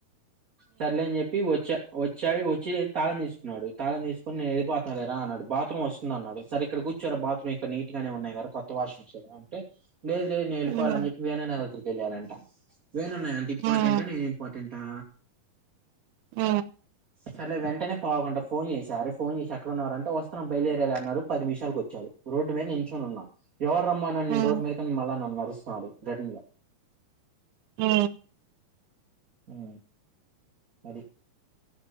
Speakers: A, on the right; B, on the right.
A: సర్లేని చెప్పి వచ్చా వచ్చావి వచ్చి తాళం తీసుకున్నడు తాళం తీసుకుని నే వెళ్ళిపోతాలేరా అన్నాడు బత్రూమ్ వస్తుంది అన్నాడు సరే ఇక్కడ కూర్చొరా బాత్రూమ్ ఇక్కడన నే ఉన్నాయి కదా కొత్త వాష్రూమ్స్ ఏమో అంటే లేదు లేదు నేను వెళ్లిపోవాలా
B: ఉమ్
A: అని చెప్పి వేనాన్నదగ్గరికి వెళ్లారంట వేనన్న అంత ఇంపార్టెంటా
B: ఉమ్
A: నేను ఇంపార్టెంటా
B: అ
A: సర్లే వెంటనే పావుగంట ఫోన్ చేసారు ఫోన్ చేసి అక్కడ ఉన్నారంటే వస్తన బయలుదేరేదే అన్నాడు పది నిమిషాలకు వచ్చారు రోడ్డు మీద నించొని ఉన్నా ఎవరు రమ్మన్నాడు నిన్ను
B: ఉమ్
A: రోడ్ మీదకి మల్ల నన్ను అరుస్తాడు రిటర్న్ గా
B: ఉ
A: ఉ అది